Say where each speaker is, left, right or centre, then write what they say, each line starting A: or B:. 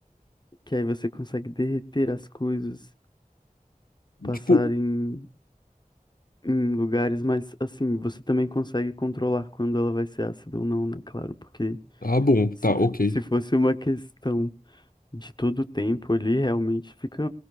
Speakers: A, on the left; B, on the left.
A: que aí você consegue derreter as coisas, passar
B: Tipo,
A: em, em lugares, mas assim, você também consegue controlar quando ela vai ser ácida ou não, né? Claro, porque
B: ah, bom, tá,
A: se,
B: ok,
A: se fosse uma questão de todo o tempo ali, realmente fica